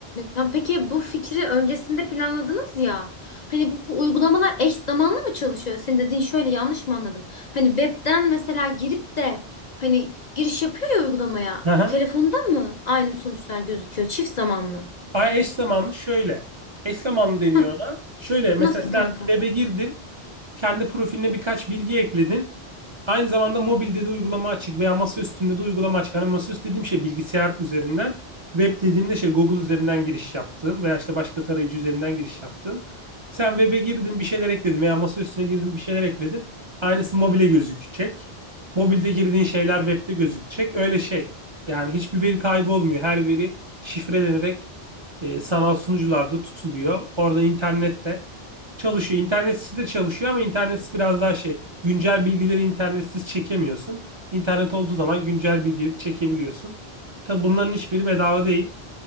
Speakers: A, on the left; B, on the right.
A: Ya peki bu fikri öncesinde planladınız ya. Hani bu bu uygulamalar eş zamanlı mı çalışıyor? Senin dediğin şöyle yanlış mı anladım? Hani webden mesela girip de hani giriş yapıyor ya uygulamaya.
B: <laughs>
A: Telefonda mı aynı sonuçlar gözüküyor? Çift zamanlı.
B: Ay eş zamanlı şöyle. Eş zamanlı deniyor
A: Hah,
B: ona. Şöyle mesela
A: nasıl kanka?
B: sen web'e girdin. Kendi profiline birkaç bilgi ekledin. Aynı zamanda mobilde de uygulama açık veya masa üstünde de uygulama açık. Hani masaüstü dediğim şey bilgisayar üzerinden. Web dediğimde şey Google üzerinden giriş yaptın veya işte başka tarayıcı üzerinden giriş yaptın. Sen web'e girdin bir şeyler ekledin veya masa üstüne girdin bir şeyler ekledin. Aynısı mobile gözükecek. Mobilde girdiğin şeyler web'de gözükecek. Öyle şey. Yani hiçbir veri kaybı olmuyor. Her veri şifrelenerek e, sanal sunucularda tutuluyor. Orada internette çalışıyor. İnternetsiz de çalışıyor ama internetsiz biraz daha şey. Güncel bilgileri internetsiz çekemiyorsun. İnternet olduğu zaman güncel bilgileri çekebiliyorsun. Tabi bunların hiçbiri bedava değil.